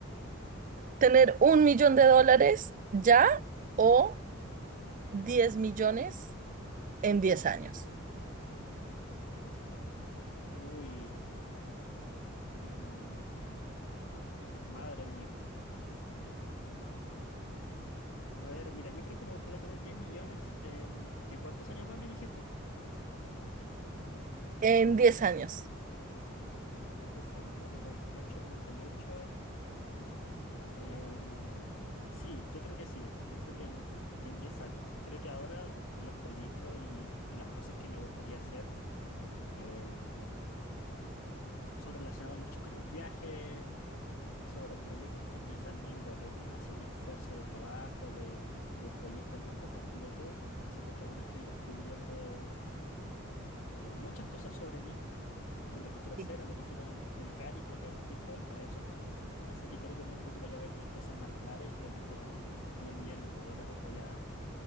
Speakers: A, on the right; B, on the left.
A: ¿Tener un millón de dólares ya o diez millones en 10 años?
B: Uy, mm, madre mía. A ver, mira, yo creo que me gustaría tener 10 millones en... ¿En cuántos años más me dijiste?
A: En 10 años.
B: En 10 años. A ver, tengo veintiocho, treinta y ocho. Em, sí, yo creo que sí. Yo creo que en, que en 10 años. Creo que ahora los proyectos y, y las cosas que me gustaría hacer em, son relacionados mucho con el viaje, sobre proyectos que quizás no involucren así un esfuerzo de trabajo, de, de proyecto a tiempo completo. Siento que aún estoy descubriendo. eh, muchas cosas sobre mí, de lo que quiero
A: Sí.
B: hacer, a lo que quiero dedicar y creo que aún estoy joven para eso. Así que creo que en un futuro ya voy a tener cosas más claras y creo que con 10 millones de dólares voy a,